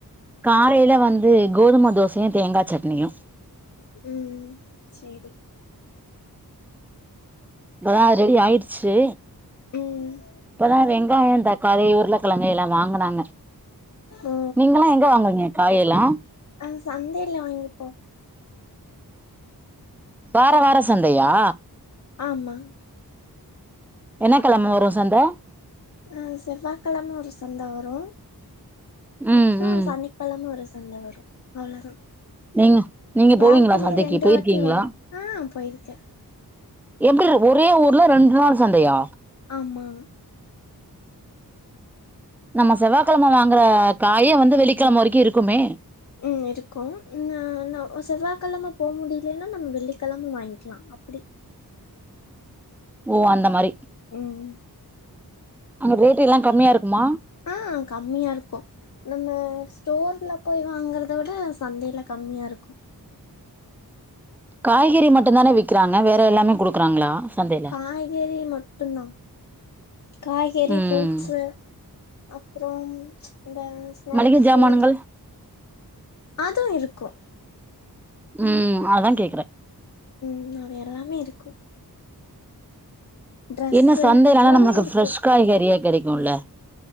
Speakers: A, in the centre; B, on the left (about 50°).
A: காலையில வந்து கோதும தோசையும் தேங்கா சட்னியும்
B: உம் செரி
A: இப்பதான் ரெடி ஆயிடுச்சு
B: ம்
A: இப்பதான்ங் ங்காயம் தக்காளி உருளைக்கிழங்கு எல்லாம் வாங்குனாங்க
B: ஓ
A: நீங்கல்லாம் எங்க வாங்குவீங்க காயெல்லாம்
B: ஆ சந்தையில வாங்கிப்போ
A: வார வார சந்தையா
B: ஆமா
A: என்ன கிழம வரும் சந்த
B: ஆ செவ்வாகெழம ஒரு சந்த வரு
A: ம்
B: அப்றோ
A: ம்
B: சனிக்கெழம ஒரு சந்த வரு அவ்ளோதா
A: நீங்க நீங்க
B: வாரத்திலே
A: போவீங்களா சந்தைக்கு
B: ரெண்டு
A: போயிருக்கீங்களா
B: வாட்டி வரு ஆ போயிருக்கே
A: எப்டி இது ஒரே ஊர்ல ரெண்டு நாள் சந்தையா
B: ஆமா
A: நம்ம செவ்வாகெழம வாங்குற காயே வந்து வெள்ளிக்கெழம வரைக்கு இருக்குமே
B: ம் இருக்கும் நா நா ஒ செவ்வாகெழம போ முடிலனா நம்ம வெள்ளிக்கெழம வாங்கிக்கலா அப்டி
A: ஓ அந்த மாரி
B: ம்
A: அங்க ரேட்டு எல்லா கம்மியா இருக்குமா
B: ஆ கம்மியா இருக்கு நம்ம ஸ்டோர்ல போய் வாங்கறத விட சந்தேல கம்மியா இருக்கு
A: காய்கறி மட்டு தான விக்கிறாங்க வேற எல்லாமே குடுக்குறாங்களா சந்தே
B: காய்கெறி மட்டுதா காய்கெறி
A: ம்
B: ஃப்ரூட் ஸு அப்றோம் இந்த ஸ்நாக்ஸு
A: மளிகை ஜாமானுங்கள்
B: அதும் இருக்கு
A: ம் அதா கேக்குறே
B: ம் அவே எல்லாமே இருக்கு ட்ரெஸ்ஸு
A: என்ன சந்தே
B: எல்லாமே
A: நாலா நமக்கு
B: இருக்கு
A: ஃப்ரெஷ் காய்கெறியா கெடைக்குல